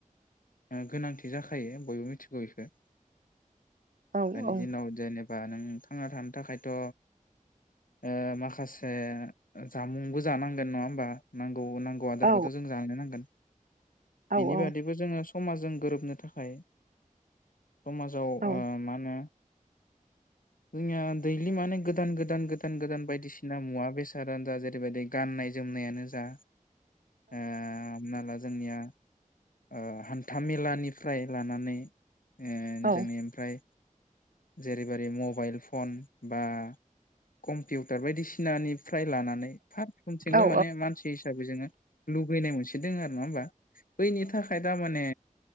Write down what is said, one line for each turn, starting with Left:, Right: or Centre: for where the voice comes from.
Left: ओह गोनांथि जाखायो बयबो मिथिगौ इखो।
Right: औ
Left: दानि
Right: औ
Left: दिनाव जेनेबा नों थांनाथानो थाखायथ' ओह माखासे जामुंबो जानांगोन नङाहोमबा नां गौ नांगौ आदारखोथ'
Right: औ
Left: जों जाहैनो नांगोन।
Right: औ
Left: बिनिबादैबो
Right: औ
Left: जोङो सं समाज जों गोरोबनो थाखाय समाजाव ओह
Right: ओं
Left: माहोनो जोंनिया दैलि माने गोदान गोदान गोदान गोदान बायदिसिना मुवा बेसादानोजा जेरैबादि गाननाय जोमनायानोजा ओह आमनालाज जोंनिया ओ हान्था मेलानिफ्राय लानानै। ओं
Right: औ
Left: जोंनि ओमफ्राय। जेरैबारै मबाइल फन बा कम्पिउटार बायदिसि सिनानिफ्राय लानानै फारफ्रोमथिंबो
Right: औ
Left: माने मानसि हिसाबै जोङो लुगैनाय मोनसे दोंआरो नङा होमबा बैनि थाखाय दामाने।